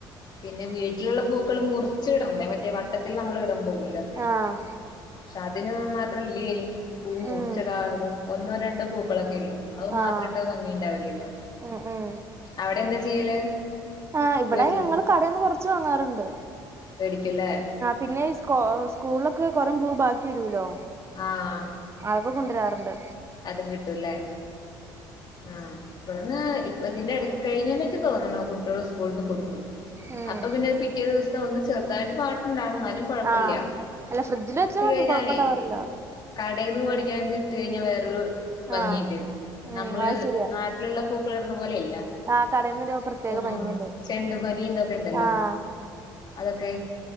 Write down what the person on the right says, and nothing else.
ആഹ്
ഉം
ആഹ്
ഉം ഉം
ആഹ് ഇവിടെ
ഞങ്ങള് കടയിന്ന് കൊറച്ച് വാങ്ങാറുണ്ട്.
പിന്നെ ഈ സ്കൂ, സ്കൂളിലൊക്കെ കൊറേ പൂവ് ബാക്കി വരുല്ലോ.
അതോക്കെ കൊണ്ട് വരാറുണ്ട്.
ഉം
ആഹ് അല്ല ഫ്രിഡ്ജിൽ
വെച്ചാ മതി
കൊഴപ്പണ്ടാവാറില്ല
ആഹ് ഉം
അത് ശരിയാ
ആഹ് കടേന്ന് വരുമ്പോ പ്രത്യേക
ഭംഗിയുണ്ട്
ആഹ്